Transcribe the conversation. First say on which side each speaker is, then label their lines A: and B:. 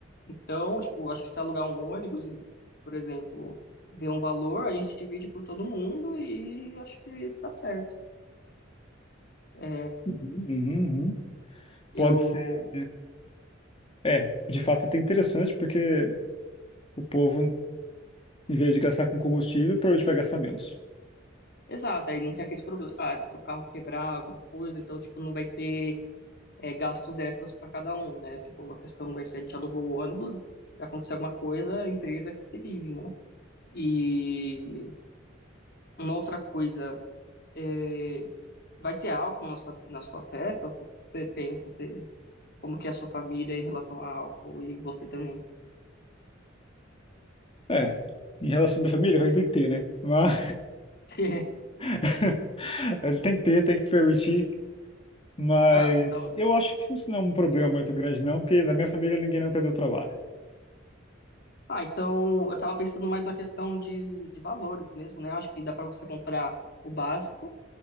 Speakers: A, on the left; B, on the left.
A: Então, tipo, acho que se alugar um ônibus e, por exemplo, ver um valor, a gente divide por todo mundo e acho que tá certo. É,
B: Uhum, uhum, uhum.
A: eu.
B: Pode ser. É, de fato é até interessante porque o povo Em vez de gastar com combustível, provavelmente vai gastar menos.
A: Exato, aí não tem aqueles problemas. Ah, se o carro quebrar alguma coisa, então, tipo, não vai ter é, gastos extras para cada um, né? Tipo, a questão vai ser: a gente alugou o ônibus, se acontecer alguma coisa, a empresa que se vire, né? E uma outra coisa. É, vai ter álcool na sua, na sua festa? Ou Você pensa, você, como que é a sua família em relação a álcool e você também?
B: É, em relação à minha família, vai ter que ter, né? Mas
A: <laughs>
B: <laughs> ele tem que ter, tem que permitir. Mas
A: Ah, então,
B: eu acho que isso não é um problema muito grande, não, porque na minha família ninguém nunca deu trabalho.
A: ah, então eu tava pensando mais na questão de, de valores mesmo, né? Acho que dá pra você comprar o básico